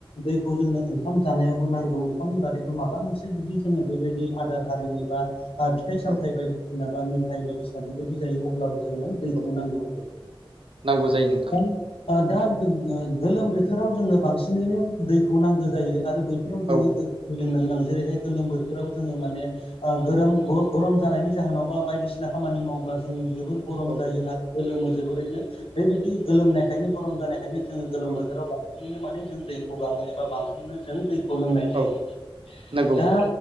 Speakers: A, on the left; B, on the right.
A: दैखौ जोंनो ओं ओंखाम जानायावबो नांगौ ओंखामनि बादैबो माबा मोनसे जुदि जोंङो बेबायदि आदार हारिनि बा बा फिथाइ सामथाइ
B: औ
A: बायदिसिना बा मेथाइ बायदिसिना बेबायदि जायो अब्लाबो जोंनो दैखौ
B: औ
A: नांगौ जायो।
B: नांगौ नोंथां
A: दा गोलोम बोथोराव जोंनो बांसिनैनो दैखौ नांगौ जायो आरो बै फोराव
B: औ
A: जोंङो गोग्गो दै लोंनो गोनां जेरैहाय गोलोम बोथोराव जोंङो माने ओ गोरोम ग गरम जानायनि जाहोनाव बा बायदिसिना खामानि मावोब्ला जों जोबोद गरम
B: औ
A: जायो आरो गोलोमो जोबोरैनो बेबायदि गोलोमनायखायनो गरम जानायखायनो जोंङो गोलोम
B: औ
A: बोथोराव बांसिनैनो माने जों दैखौ गाङो एबा बांसिनै जों दै खौ लोंनाय
B: औ
A: जायो
B: नंगौ
A: दा